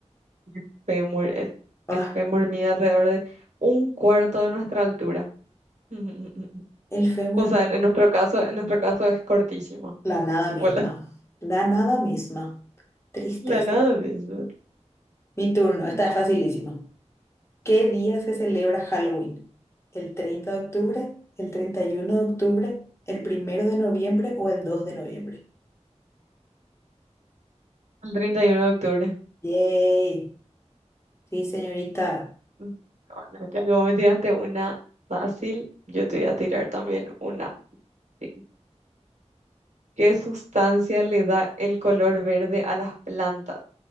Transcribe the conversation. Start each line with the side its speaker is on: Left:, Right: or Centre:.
Right: El fémur, el,
Left: Ah.
Right: el fémur mide alrededor de un cuarto de nuestra altura. <laughs>
Left: El fémur
Right: O sea, en, en nuestro caso, en nuestro caso es cortísimo.
Left: La nada misma.
Right: Hola.
Left: La nada misma. Tristeza.
Right: La nave. eso.
Left: Mi turno, esta
Right: Mm,
Left: es facilísima. ¿Qué día se celebra Halloween? ¿El treinta de octubre? ¿El treinta y uno de octubre? ¿El primero de noviembre o el dos de noviembre?
Right: El 31 de octubre.
Left: ¡Yay! Sí, señorita.
Right: Mm, Bueno, ya que vos me tiraste una fácil, yo te voy a tirar también una. fácil. ¿Qué sustancia le da el color verde a las plantas?